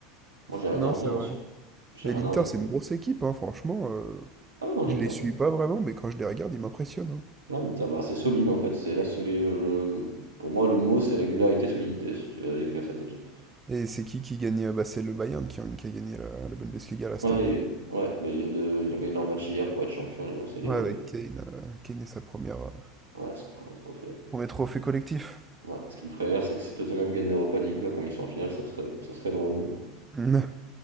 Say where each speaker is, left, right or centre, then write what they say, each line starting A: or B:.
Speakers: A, on the right (about 80°); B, on the right (about 20°).
A: moi, j'ai rien
B: Non,
A: à redire,
B: c'est vrai.
A: hein, sur j'ai
B: Mais
A: rien
B: l'Inter,
A: à redire.
B: c'est une grosse équipe, hein, franchement. euh,
A: Ah oui, non, l'Inter,
B: je les suis
A: c'est
B: pas vraiment, mais quand je les regarde, ils m'impressionnent. hein.
A: Ah, une tire, bah, c'est solide en fait, c'est la solide. Pour moi, le mot c'est régularité, solidité si tu veux décrire cette équipe.
B: Et c'est qui qui gagne? euh, Bah, c'est le Bayern qui, a qui a gagné la, la Bundesliga là, cette
A: Ouais,
B: année.
A: et-
B: hein.
A: ouais bah, ils viennent de... ils ont gagné leur match hier pour être champion ils ont célébré.
B: Ouais, avec Kane, euh, Kane et sa première, euh,
A: Ouais, ils ont pris un trophée.
B: premier trophée collectif. <laughs>
A: Ouais, ce qui me ferait rire, c'est que si Tottenham gagne l'Europa League là, comme ils sont en finale, ça serait, ça serait drôle, mais bon.
B: Mm.